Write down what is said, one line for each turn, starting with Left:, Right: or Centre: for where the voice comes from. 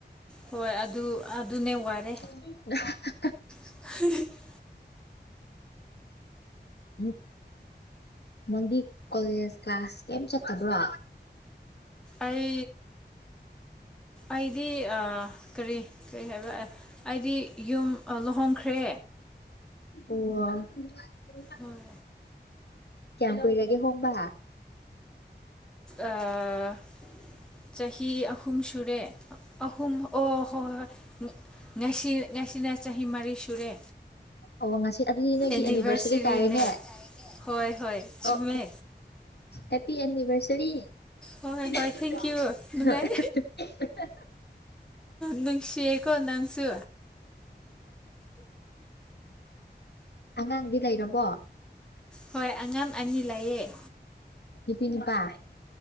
Centre: ꯍꯣꯏ ꯑꯗꯨ ꯑꯗꯨꯅꯦ ꯋꯥꯔꯦ
Left: <inaudible>
Centre: <unintelligible>
Left: ꯎꯝ ꯃꯪꯗꯤ ꯀꯣꯂꯦꯖ ꯀ꯭ꯂꯥꯁ ꯀꯩꯝ ꯆꯠꯇꯕ꯭ꯔꯣ
Centre: ꯑꯩ ꯑꯩꯗꯤ ꯑꯥ ꯀꯔꯤ ꯀꯔꯤ ꯍꯥꯏꯕ ꯑꯦ ꯑꯩꯗꯤ ꯌꯨꯝ ꯑꯥ ꯂꯨꯍꯣꯡꯈ꯭ꯔꯦ
Left: ꯑꯣ
Centre: ꯍꯣꯏ
Left: ꯀꯌꯥꯝ ꯀꯨꯏꯔꯒꯦ ꯍꯣꯡꯕ
Centre: ꯑꯥ ꯆꯍꯤ ꯑꯍꯨꯝ ꯁꯨꯔꯦ ꯑꯍꯨꯝ ꯑꯣ ꯍꯣꯏ ꯍꯣꯏ ꯉ ꯉꯁꯤ ꯉꯁꯤꯅ ꯆꯍꯤ ꯃꯔꯤ ꯁꯨꯔꯦ
Left: ꯑꯣ ꯉꯁꯤ ꯑꯗꯨꯗꯤ ꯅꯣꯏꯒꯤ
Centre: ꯑꯦꯅꯤꯚꯔꯁꯔꯤꯅꯦ
Left: ꯑꯦꯅꯤꯚꯔꯁꯔꯤ ꯇꯥꯔꯦꯅꯦ
Centre: ꯍꯣꯏ ꯍꯣꯏ ꯆꯨꯝꯃꯦ
Left: ꯑꯣ ꯑꯣ ꯍꯦꯄꯤ ꯑꯦꯅꯤꯚꯔꯁꯔꯤ <unintelligible>
Centre: ꯍꯣꯏ ꯍꯣꯏ ꯊꯦꯡꯀ꯭ꯌꯨ ꯅꯨꯡꯉꯥꯏ ꯅꯨꯡꯁꯤꯌꯦꯀꯣ ꯅꯪꯁꯨ
Left: ꯑꯉꯥꯡꯗꯤ ꯂꯩꯔꯕꯣ
Centre: ꯍꯣꯏ ꯑꯉꯥꯝ ꯑꯅꯤ ꯂꯩꯌꯦ
Left: ꯅꯨꯄꯤ ꯅꯤꯄꯥ